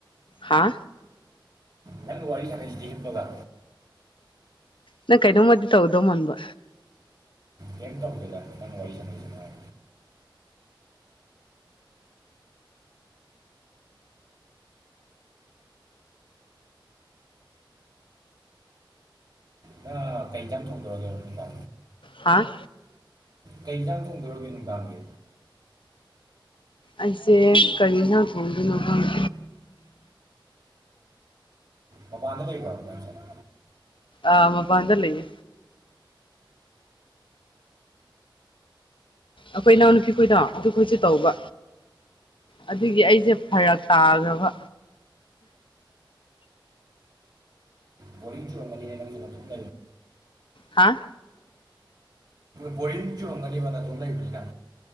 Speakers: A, on the left; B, on the right.
A: ꯍꯥ
B: ꯅꯪꯅ ꯋꯥꯔꯤ ꯁꯥꯟꯥꯏꯁꯤꯗꯤ ꯍꯕꯒ
A: ꯅꯪ ꯀꯩꯅꯣꯧꯃꯗꯤ ꯇꯧꯗꯧꯥꯟꯕ
B: ꯀꯩꯅ ꯇꯧꯗꯦꯗ ꯅꯪ ꯋꯥꯔꯤ ꯁꯥꯟꯅꯩꯁꯤꯅꯉꯥꯏ ꯅꯪ ꯀꯩ ꯆ ꯊꯣꯛꯇꯣꯔꯣꯒꯦꯔꯣ ꯗꯥ
A: ꯍꯥꯥ
B: ꯀꯩ ꯌꯦꯟꯁꯥꯡ ꯆꯣꯡꯗꯣꯔꯣꯒꯦ ꯅꯨꯡꯗꯥꯡꯒꯤ
A: ꯑꯩꯁꯦ ꯀꯔꯤ ꯌꯦꯟꯁꯥꯡ ꯊꯣꯡꯗꯣꯏꯅꯣ ꯈꯪꯗꯦ
B: ꯃꯄꯥꯟꯗ ꯂꯩꯕꯁꯔꯦ
A: ꯑꯥ ꯃꯄꯥꯟꯗꯔ ꯂꯩꯦ ꯑꯩꯈꯣꯏ ꯏꯅꯥꯎꯅꯄꯤ ꯈꯣꯏꯗꯣ ꯑꯗꯨ ꯈꯣꯏꯁꯨ ꯇꯧꯕ ꯑꯗꯨꯒꯤ ꯑꯩꯁꯦ ꯐꯔꯛ ꯇꯥꯕ
B: ꯕꯣꯔꯤꯡ ꯆꯨꯔꯝꯒꯅꯤ ꯍꯥ ꯅꯥꯡꯁꯨ <unintelligible>
A: ꯍꯥꯥ
B: ꯕꯣꯔꯤꯡ ꯆꯔꯝꯒꯅꯤꯕ ꯅ ꯇꯧ ꯂꯩꯕꯒ